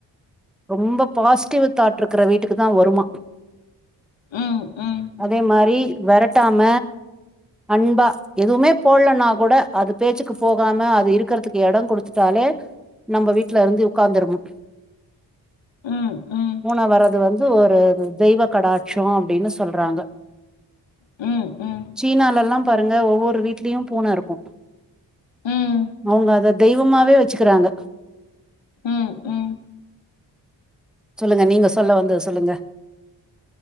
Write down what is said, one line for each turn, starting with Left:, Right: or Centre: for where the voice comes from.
Centre: ரொம்ப பாசிட்டிவ் தாட் இருக்குற வீட்டுக்கு தா வருமா
Left: ம் ம்
Centre: அதே மாரி வெரட்டாம அன்பா எதுவுமே போட்லனா கூட அது பேச்சுக்கு போகாம அது இருக்கறதுக்கு எட குடுத் த்துட்டாலே நம்ம வீட்ல இருந்து உக்காந்துருமா
Left: ம் ம்
Centre: பூன வரது வந்து ஒரு தெய்வ கடாட்சோ அப்டின்னு சொல்றாங்க
Left: ம் ம்
Centre: சீனால எல்லா பாருங்க ஒவ்வொரு வீட்லயு பூன இருக்கு
Left: ம்
Centre: அவுங்க அத தெய்வமாவே வச்சுக்கிறாங்க
Left: ம் ம்
Centre: சொல்லுங்க நீங்க சொல்ல வந்தது சொல்லுங்க